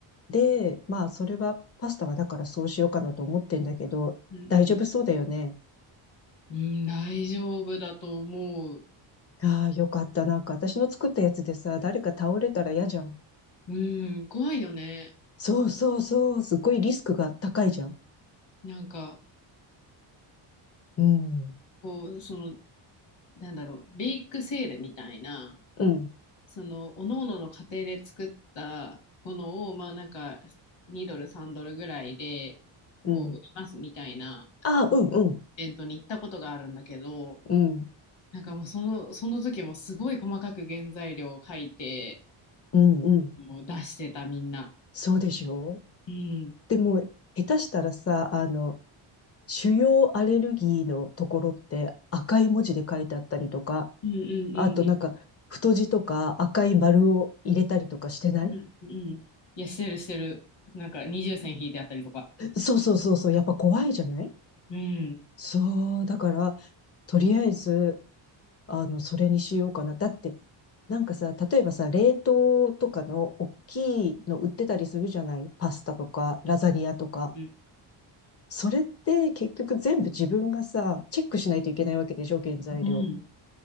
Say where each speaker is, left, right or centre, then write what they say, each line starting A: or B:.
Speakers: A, on the left; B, on the left.
A: う。で、まあ、それは、パスタはだからそうしようかなと思ってんだけど、
B: うんうん。
A: 大丈夫そうだよね。
B: うん、大丈夫だと思う。
A: ああ、よかった。なんか私の作ったやつでさ、誰か倒れたら嫌じゃん。
B: うん、怖いよね。
A: そうそうそう。すっごいリスクが高いじゃん。
B: なんか、
A: うん。
B: こう、その、なんだろう、ベイクセールみたいな、
A: うん。
B: その、各々のの家庭で作ったものを、まあなんか、2ドル、3ドルぐらいで、
A: うん。
B: こう、売りますみたいなイ
A: ああ、うん、うん、
B: ベントに行ったことがあるんだけど、
A: うん、
B: なんかもうその、その時もすごい細かく原材料を書いて、
A: うん、うん。
B: もう出してたみんな。
A: そうでしょう
B: うん。
A: でも、下手したらさ、あの、主要アレルギーのところって赤い文字で書いてあったりとか、
B: うんうん
A: あとなんか、
B: うん
A: 太字とか赤い丸を入れたりとかしてない
B: うん、うん。いや、してる、してる。なんか、二重線引いてあったりとか。
A: そうそうそうそう、やっぱ怖いじゃない
B: うん、
A: そう、だから、とりあえず、あの、それにしようかな。だって、なんかさ、例えばさ、冷凍とかの大きいの売ってたりするじゃないパスタとか、ラザニアとか。
B: うん、
A: それって結局全部自分がさ、チェックしないといけないわけでしょ、原材料。
B: うん、